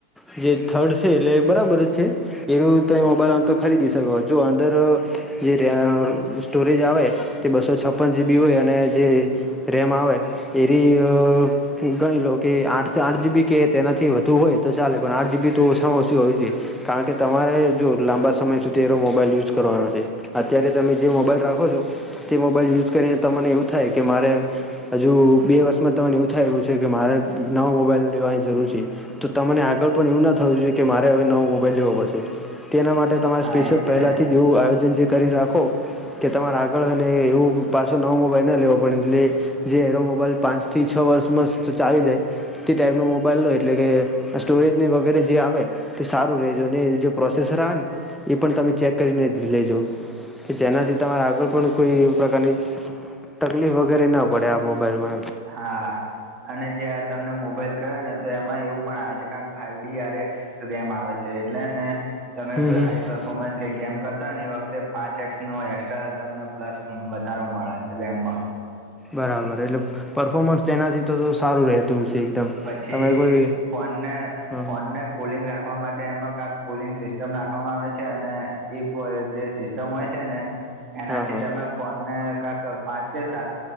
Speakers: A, in the centre; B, on the right.
A: જે થર્ડ છે, એટલે બરાબર જ છે. એવું તમે મોબાઈલ આમ તો ખરીદીશ. જો અંદર જે ર સ્ટોરેજ આવે. તે બસો છપ્પન જીબી હોય, અને જે રેમ આવે એની. ગણી લો, કે આઠ-આઠ જીબી કે તેનાથી વધુ હોય તો ચાલે, પણ આઠ જીબી તો ઓછી હોવી જોઈએ. કારણ કે, તમારે જો લાંબા સમય સુધીરો મોબાઈલ યુઝ કરવાનો છે, અત્યારે તમે જે મોબાઈલ રાખો છો. તે મોબાઈલ યુઝ કરીને, તમને એવું થાય કે મારે. હજુ બે વર્ષમાં તમને એવું થાયેલું છે કે, મારે નવ મોબાઈલ લેવાની જરૂર છે. તો તને આગળ પણ એવું ના થવું જોઈએ, કે મારે હવે નવો મોબાઈલ લેવો પડશે, તેના માટે.
B: હા
A: સ્પેશલ
B: એજ
A: પહેલાંથી
B: ને
A: જ જેવું આયોજન જે કરી રાખો. કે તમારે આગળ એવું પાછો નવો મોબાઈલ ન લેવો પડે એટલે જે એરો મોબાઈલ પાંચ થી છ વર્ષમાં ચાલી જાય તે ટાઈપનો મોબાઈલ હોય એટલે કે સ્ટોરેજની વગેરે જે આવે તે સારું રરેજો ને એ જે પ્રોસેસર આવે ને એ પણ તમે ચેક કરીને જ લેજો કે જેનાથી તમારે આગળ પણ કોઈ પ્રકારની તકલીફ વગેરે ના પડે આ મોબાઈલમાં
B: હા અને જે આ તમને મોબાઈલ કહ્યો ને તો એમાં એવું પણ આવે છે કારણ ફાઈઇવ ડી આરએક્સ આવે છે એટલે ને તમે
A: હમ
B: કોઈ
A: હમ
B: હાઈપર પફોર્મન્સ કે ગેમ કરતા હોય ને એ વખતે પાંચ એક્સનો એક્સ્ટ્રા તમને પ્લસ વધારો મળે રેમમાં
A: બરાબર એટલે પરફોર્મન્સ તેનાથી તો તો સારું રહેતું છે એકદમ
B: પછી
A: તમે કોઈ
B: ફોન
A: હા
B: ફોન કુલિંગ રાખવા માટે એમાં કક કુલિંગ સિસ્ટમ રાખવામાં આવે છે અને ઈ જે સસ્ટ મ હોય છે ને એનાથી
A: હા હા
B: તમે ફોન ને કંક પાંચ કે સાત